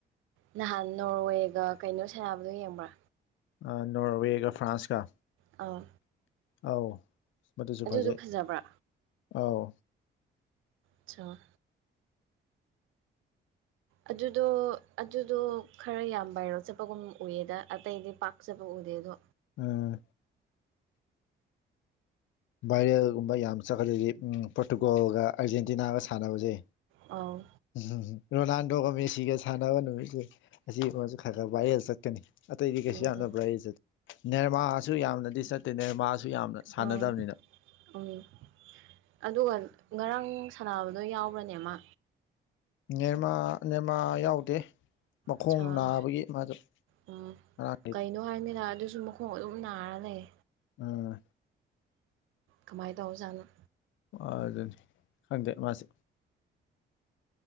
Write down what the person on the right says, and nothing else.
ꯅꯍꯥꯟ ꯅꯣꯔꯋꯦꯒ ꯀꯩꯅꯣ ꯁꯥꯟꯅꯕꯗꯣ ꯌꯦꯡꯕ꯭ꯔꯥ
ꯑꯥꯎ
ꯑꯗꯨꯗꯣ
ꯐꯖꯕ꯭ꯔꯥ
ꯁꯥ ꯑꯗꯨꯗꯣ ꯑꯗꯨꯗꯣ ꯈꯔ ꯌꯥꯝ ꯕꯥꯏꯔꯦꯜ ꯆꯠꯄꯒꯨꯝ ꯎꯏꯑꯗ ꯑꯇꯩꯗꯤ ꯄꯥꯛꯆꯠꯄ ꯎꯗꯦ ꯑꯗꯣ
ꯑꯥꯎ
ꯎꯝ
ꯑꯥ
ꯎꯝ ꯑꯗꯨꯒ ꯉꯔꯥꯡ ꯁꯥꯟꯅꯕꯗꯣ ꯌꯥꯎꯕ꯭ꯔꯥꯅꯦ ꯃꯥ
ꯁꯥ
ꯎꯝ
ꯀꯩꯅꯣ ꯍꯥꯏꯅꯤꯗꯥ ꯑꯗꯨꯁꯨ ꯃꯈꯣꯡ ꯑꯗꯨꯝ ꯅꯔꯥ ꯂꯩ꯫
ꯀꯃꯥꯏ ꯇꯧ ꯖꯥꯠꯅꯣ